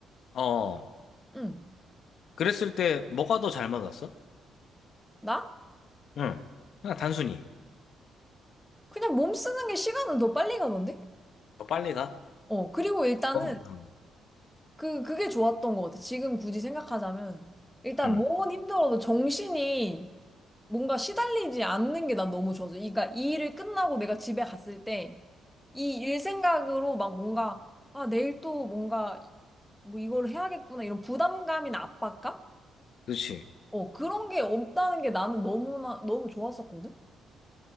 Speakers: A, on the left (about 65°); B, in the centre.
A: 어.
B: 응.
A: 그랬을 때 뭐가 더 잘 맞았어?
B: 나?
A: 응. 그냥 단순히.
B: 그냥 몸 쓰는 게 시간은 더 빨리 가던데?
A: 더 빨리 가?
B: 어, 그리고 일단은
A: 어, 음. 응.
B: 그, 그게 좋았던 것 같아. 지금 굳이 생각하자면. 일단
A: 응.
B: 몸은 힘들어도 정신이 뭔가 시달리지 않는 게 난 너무 좋아서. 그러니까 이 일을 끝나고 내가 집에 갔을 때 이 일 생각으로 막 뭔가, 아, 내일 또 뭔가 뭐 이걸 해야겠구나. 이런 부담감이나 압박감?
A: 그렇지.
B: 어, 그런 게 없다는 게 나는 너무나, 너무 좋았었거든?